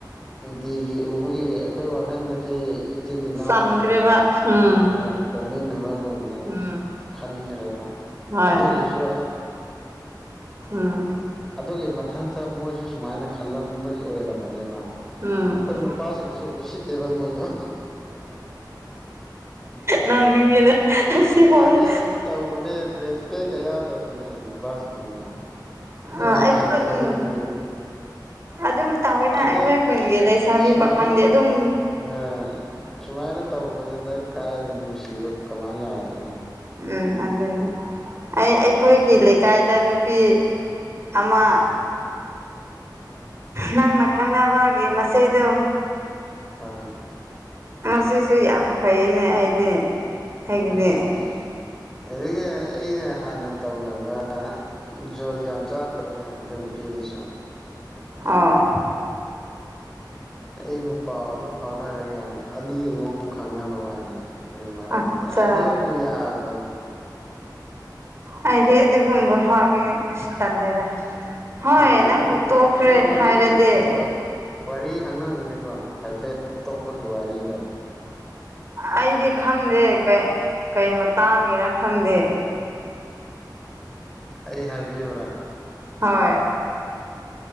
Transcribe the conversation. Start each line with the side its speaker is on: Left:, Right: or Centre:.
Centre: ꯅꯨꯡꯇꯤꯒꯤ ꯎꯕꯒꯤ ꯑꯩꯈꯣꯏ ꯋꯥꯈꯜꯗꯗꯤ ꯏꯆꯤꯟ ꯏꯅꯥꯎꯒꯨꯝꯅꯀꯣ
Right: ꯆꯝꯈ꯭ꯔꯦꯕ ꯎꯝ
Centre: ꯍꯣꯏ ꯄꯣꯛꯃꯤꯟꯅꯕꯒꯨꯝꯅ
Right: ꯎꯝ
Centre: ꯈꯟꯈ꯭ꯔꯦꯕ
Right: ꯍꯣꯏ
Centre: ꯑꯗꯨꯒꯤꯁꯨ
Right: ꯎꯝ
Centre: ꯑꯗꯨꯒꯤ ꯃꯊꯛꯇ ꯃꯣꯏꯁꯨ ꯁꯨꯃꯥꯏꯅ ꯈꯜꯂꯝꯕꯒꯤ ꯑꯣꯏꯔꯃꯦ ꯉꯝꯒꯅꯦꯕ ꯑꯩꯈꯣꯏ
Right: ꯎꯝ
Centre: ꯅꯨꯄꯥꯁꯤꯡꯗꯁꯨ ꯎꯁꯤꯠꯇꯦꯕ ꯃꯣꯏꯗꯣ
Right: ꯅꯣꯛꯅꯤꯡꯉꯤꯗ ꯑꯁꯤꯐꯥꯎꯗꯤ
Centre: ꯑ ꯇꯧꯅꯦ ꯔꯦꯁꯄꯦ ꯀꯩ ꯌꯥꯎꯗꯕꯅꯦ ꯅꯨꯄꯥꯁꯤꯡꯗ ꯅꯪꯁꯨ
Right: ꯑ ꯑꯩꯈꯣꯏ
Centre: ꯈꯪꯂꯝꯒꯅꯤ
Right: ꯎꯝ ꯑꯗꯨꯝ ꯇꯧꯋꯤꯅ
Centre: ꯑꯗꯣ
Right: ꯑꯩꯈꯣꯏ ꯈꯨꯟꯒꯤ ꯂꯩꯁꯥꯕꯤ
Centre: ꯁꯨꯃꯥꯏꯅ
Right: ꯄꯥꯈꯪꯗꯤ ꯑꯗꯨꯝ
Centre: ꯍꯣꯏ ꯁꯨꯃꯥꯏꯅ ꯇꯧꯕꯗꯨꯗ ꯀꯥꯏꯅ ꯅꯨꯡꯁꯤꯕ ꯀꯃꯥꯏꯅ ꯌꯥꯗꯣꯏꯅꯣ
Right: ꯎꯝ ꯑꯗꯨꯅꯤ ꯑꯩ ꯑꯩꯈꯣꯏꯒꯤ
Centre: ꯍꯣꯏ
Right: ꯂꯩꯀꯥꯏꯗ ꯅꯨꯄꯤ ꯑꯃ ꯅꯪꯅ ꯈꯪꯅꯕꯒꯤꯦ ꯃꯁꯦꯗꯨ
Centre: ꯍꯣꯏ
Right: ꯉꯁꯨ ꯌꯥꯝ ꯐꯩꯅꯦ ꯑꯩꯗꯤ ꯑꯩꯒꯤꯗꯤ
Centre: ꯐꯩꯌꯦ ꯐꯩꯌꯦ ꯑꯗꯨꯒ ꯑꯩꯅ ꯍꯥꯟꯅ ꯇꯧꯅꯕ ꯖꯣꯔꯤ ꯌꯥꯝ ꯆꯥꯕꯅꯦ ꯑꯗꯨ ꯅꯨꯄꯤ ꯑꯗꯨꯁꯨ
Right: ꯑꯣꯥ
Centre: ꯑꯩꯕꯨ ꯄꯥꯎ ꯑꯗꯨꯝ ꯐꯥꯎꯅꯔꯒꯦ ꯑꯅꯤ ꯑꯍꯨꯝ ꯈꯪꯅꯕ ꯋꯥꯅꯤ ꯑꯗꯨ ꯃꯔꯛꯇꯨꯗ
Right: ꯑꯠꯆꯥ
Centre: ꯑꯗꯨꯕꯨ ꯌꯥꯕ꯭ꯔꯕ
Right: ꯍꯥꯏꯗꯤ ꯑꯗꯨꯒꯨꯝꯕ ꯐꯥꯎꯗꯤ ꯇꯜꯂꯦꯗ ꯍꯣꯏ
Centre: ꯅꯪ
Right: ꯅꯪꯕꯨ
Centre: ꯅꯪ
Right: ꯇꯣꯛꯈ꯭ꯔꯦ
Centre: ꯅꯪ ꯋꯥꯔꯤ
Right: ꯍꯥꯏꯔꯗꯤ
Centre: ꯋꯥꯔꯤ ꯈꯪꯂꯝꯒꯅꯤꯀꯣ ꯍꯥꯏꯐꯦꯠ ꯇꯣꯛꯄꯒꯤ ꯋꯥꯔꯤꯗ
Right: ꯑꯩꯗꯤ ꯈꯪꯗꯦ ꯀꯩ ꯃꯇꯥꯡꯒꯦꯔ ꯈꯪꯗꯦ
Centre: ꯑꯩ ꯍꯥꯏꯕꯤꯌꯨꯔꯥ
Right: ꯍꯣꯏ